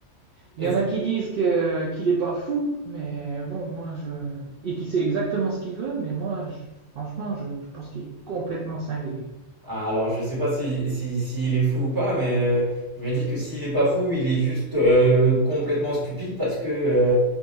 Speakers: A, on the right (about 65°); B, on the right (about 15°).
A: Il
B: Est-ce-
A: y en a qui disent que qu'il est pas fou, mais bon, moi je et qui sait exactement ce qu'il veut, mais moi je- franchement, je, je pense qu'il est complètement cinglé.
B: Ah, alors, je sais pas si, si, s'il est fou ou pas, mais euh, je me dis que s'il est pas fou, il est juste euh, complètement stupide parce que euh,